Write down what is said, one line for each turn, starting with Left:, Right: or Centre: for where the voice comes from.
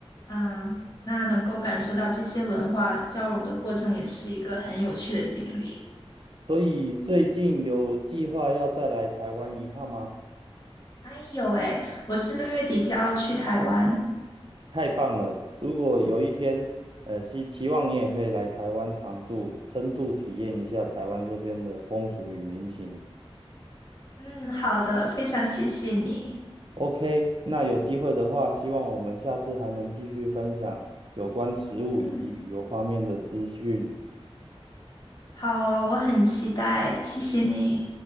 Left: 嗯，那能够感受到这些文化交融的过程，也是一个很有趣的经历。
Right: 所以最近有计划要再来台湾一趟吗？
Left: 哎有哎，我是六月底就要去台湾。
Right: 太棒了！如果有一天，呃，希期望你也可以来台湾常住，深度体验一下台湾这边的风俗与民情。
Left: 嗯，好的，非常谢谢你。
Right: OK，那有机会的话，希望我们下次还能继续分享有关食物以及旅游方面的资讯。
Left: 嗯，好哦，我很期待，谢谢你。